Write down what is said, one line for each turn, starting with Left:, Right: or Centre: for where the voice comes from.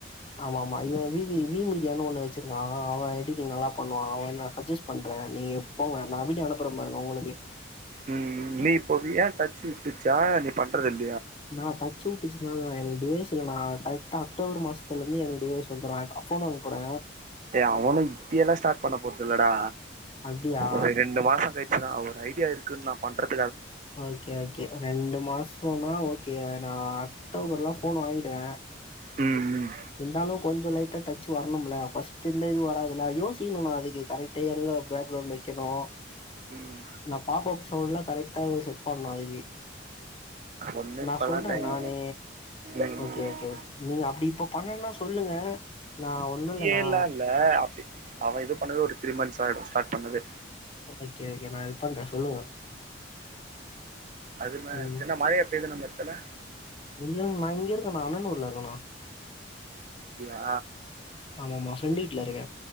Left: ஆமாமா இவ விவி வி மீடியானு ஒண்ணு வச்சிருந் ஆ அவ எடிட்டிங் நல்லா பண்ணுவா அவ நா அஜஸ் பண்ற நீங்க போங்க நா வீடியோ அனுப்புற பாருங்க உங்களுக்கு
Right: ம் ம் நீ போவியா டச் விட்ருச்சா நீ பண்றதில்
Left: நா டச் சு பிச் நால எனக்கு டிவைஸ் இல்லனா கரெக்டா அக்டோபர் மாசத்துலருந்து எனக்கு டிவைஸ் வந்துரு எனக் அ ஃபோன் வாங்க போற
Right: டே அவுனு இப்பியேலா ஸ்டாட் பண்ண போறதில்லடா
Left: அப்டியா
Right: ஒரு ரெண்டு மாசங்கழிச்சுதா ஒரு ஐடியா இருக்குன்னா பண்றது
Left: ஓகே ஓகே ரண்டு மாசனா ஓகே நா அக்டோபர்லா ஃபோன் வாங்கிடுவ
Right: ம் ம்
Left: இந்தாலு கொஞ்சோ லைட்டா டச் வரணும்ல ஃபர்ஸ்ட் இந்த இது வராதுல யோசிக்கணுனா அதுக்கு கரெக்டா எங்க பேக்ரவுண்ட் வெக்கணு
Right: ம்
Left: நா பாப் அப் சவுண்ட்லா கரெக்டா செட் பண்லா இதுலயே
Right: ஒண்ணு
Left: நா
Right: இப்பல்லா
Left: சொல்ற
Right: டைம்
Left: நானு
Right: ம்
Left: ஓகே
Right: ம்
Left: ஓகே ஓகே நீங்க அப்டி பண்ணணுனா சொல்லுங்க நா ஒண்ணு
Right: டியேலா
Left: இல்ல நா
Right: இல்ல அப்டி அவ இது பண்ணது ஒரு த்ரீ மந்த்ஸ் ஆயிடு ஸ்டாட் பண்ணதே
Left: ஓகே ஓகே நா ஹெல்ப் பண்ற சொல்லுங்க
Right: அதும
Left: ம்
Right: என்ன மழையா பெய்து நம்ம எடத்துல
Left: இல்ல நா இங்கருக்கனா அண்ணனூர்ல இருக்கண்ணா
Right: அப்டியா
Left: ஆமாமா ஃப்ரெண்டு வீட்ல இருக்கே